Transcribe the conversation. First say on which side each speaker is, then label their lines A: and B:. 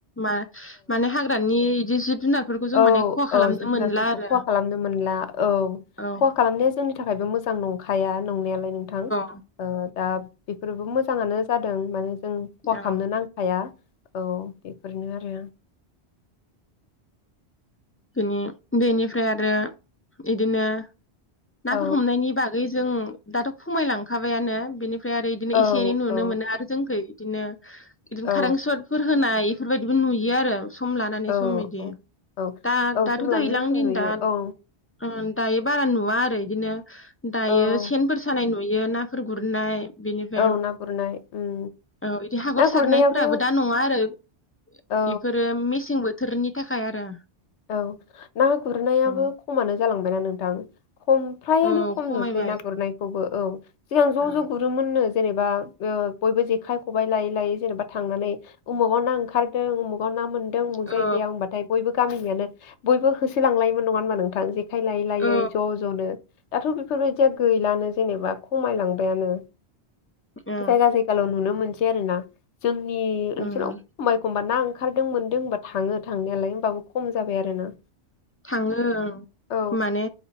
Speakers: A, on the left; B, on the left.
A: मा मानो हाग्रानि बिदि जिब जुनारफोरखौ जों
B: औ
A: माने खहा खालामनो
B: औ जिब जुनारफोरखौ
A: मोनला आरो
B: खहा खालामनो मोनला औ
A: औ
B: खहा खालामनाया जोंनि थाखायबो मोजां नंखाया नंनायालाय नोंथां
A: औ
B: ओ दा बेफोरबो मोजाङानो जादों माने उम खहा
A: औ
B: खालामनो नांखाया औ बेफोरनो आरो
A: बिनि बेनिफ्राय आरो बिदिनो नाफोर
B: औ
A: हमनायनि बागै जों दाथ' खमायलांखाबायानो बिनि फ्राय आरो बिदिनो
B: औ
A: एसे एनै नुनो
B: औ
A: मोनो आरो जोंखै। बिदिनो बिदिनो
B: औ
A: कारेन्ट सर्टफोर होनाय बेफोरबायदिबो नुयो आरो सम लानानै
B: औ
A: सम बिदि।
B: औ औ
A: दा
B: औ
A: दाथ'
B: सम
A: दैलां
B: लानानै सम
A: दिन
B: नुयो
A: दा
B: औ
A: ओ दायो बारा नुवा आरो बिदिनो। दायो
B: औ
A: सेन फोर सानाय नु नुयो नाफोर गुरनाय बेनिफ्राय
B: औ ना गुरनाय उम
A: औ बिदि हाखर
B: ना
A: सारनायफ्राबो
B: गुरनायाबो
A: दा नङा आरो बेफोरो
B: औ
A: मेसेंबो बोथोरनि थाखाय आरो।
B: औ ना गुरनायाबो
A: औ
B: खमानो जालांबायना नोंथां? खम फ्रायानो
A: औ
B: खम
A: खमायबाय
B: नुसै ना गुरनायखौबो। औ। सिगां ज'
A: औ
B: ज' गुरोमोननो। जेनेबा ओ बयबो जेखाय खबाइ लायै लायै जेनेबा थांनानै उमुकाव ना ओंखारदों उमुक काव ना मोनदों उमुक
A: औ
B: जायगायाव होमबाथाय बयबो गामिनियानो बयबो होसोलांलायोमोन नङा होनबा नोंथां? जे खाय लायै लायै
A: औ
B: ज' ज'नो। दाथ' बेफोरबायदिया गैलानो जेनेबा खमायलांबायानो।
A: ओ
B: जायगा जायगाल' नुनो मोनस दि आरो ना जोंनि ओनसोलाव
A: उम
B: एखम्बा एखम बा ना ओंखारदों मोनदों होनोमबा थाङो थांनायालाय होमबाबो खम जाबाय आरोना।
A: थाङो
B: औ
A: माने